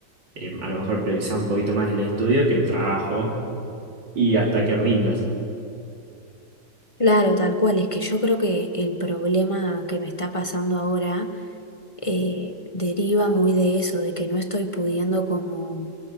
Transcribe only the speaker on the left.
Claro, tal cual, es que yo creo que el problema que me está pasando ahora eh, deriva muy de eso, de que no estoy pudiendo como